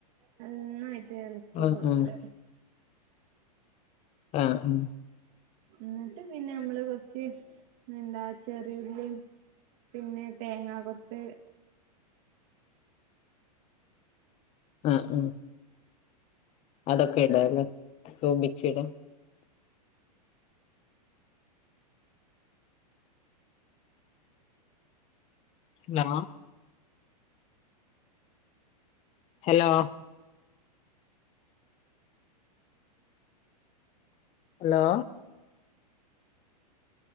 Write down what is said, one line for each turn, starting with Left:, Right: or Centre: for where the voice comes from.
Right: നന്നായിട്ട് ഇളക്കി
Left: ആ
Right: കൊടുക്ക.
Left: ആ ആ ഉം
Right: എന്നിട്ട് പിന്നെ നമ്മള് കൊറച്ച് എന്താ ചെറിയുള്ളീം പിന്നെ തേങ്ങാകൊത്ത്
Left: ആ ഉ അതൊക്കെ ഇടല്ലേ തോമിച്ചിട ലോ ഹലോ ഹലോ